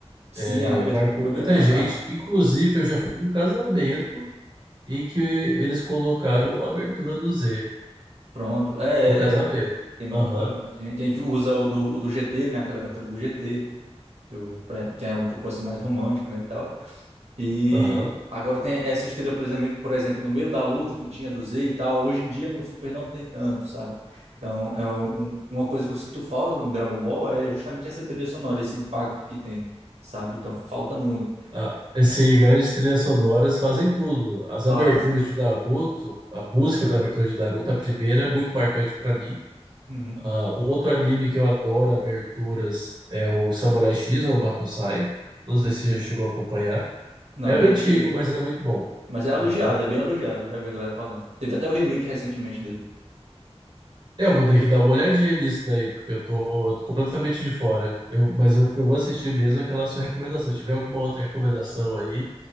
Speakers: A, on the right; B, on the right.
A: Sim,
B: é,
A: a abertura,
B: marcou muita
A: a,
B: gente.
A: a-
B: Inclusive, eu já fui num casamento em que eles colocaram a abertura do Z
A: pronto. É,
B: no casamento.
A: é, tem muita,
B: Aham,
A: muita gente. A gente usa o do, o do GT, né? Aquela abertura do GT, do- pra- que é um pouco assim mais romântica, né, e tal. E
B: aham.
A: agora tem essa estrela, por exemplo, por exemplo, no meio da luta que tinha do Z e tal, hoje em dia no Super não tem tanto, sabe? Então, é um- uma coisa que eu sinto falta no Dragon Ball é justamente essa trilha sonora, esse impacto que tem, sabe? Então, falta muito.
B: Ah, assim, grandes trilhas sonoras fazem tudo. As
A: Fase.
B: aberturas de Naruto, a música da abertura de Naruto, a primeira, é muito marcante pra mim.
A: Uhum,
B: Ah, um outro anime que eu adoro aberturas é o Samurai X ou Batosai. Não sei
A: uhum.
B: se você já chegou a acompanhar.
A: Não,
B: É antigo,
A: nunca cheguei.
B: mas é muito bom.
A: Mas é elogiado,
B: Aham.
A: é bem elogiado, eu já vi a galera falando. Teve até o remake recentemente dele.
B: É, Eu vou ter que dar uma olhadinha nisso daí, porque eu tô, tô completamente de fora. Eu, mas o que eu vou assistir mesmo é aquela sua recomendação. Se tiver alguma outra recomendação aí,